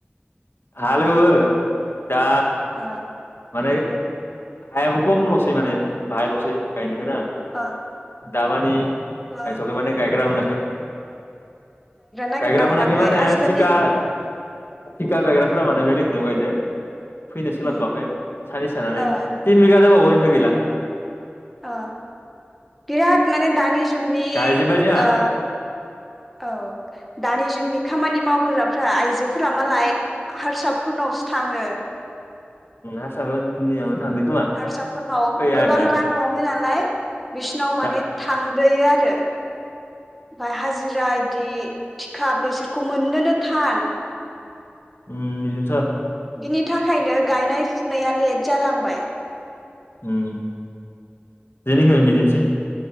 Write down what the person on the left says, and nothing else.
हालेवो दा
माने हायाबो खमलसै माने बाहायलसै गायनो गोनाङा
दामाने गायथखै
माने गायग्रा मोनाखै
गायग्रा मोनाखि
माने
थिखा थिखा गायग्राफोरा माने बेलेग नियाव गायदो फैनो सोलाथवाखै
सानैसो थानानै
थिन बिगा दंबावो बो गैला
गायजोब्बाय जोंहा
हारसाफोरनियावनो थांदो खोमा
फैया
ओमफ्राय
दा
उम इदिनोथ
उम जोंनिखिबो बिदिनोसै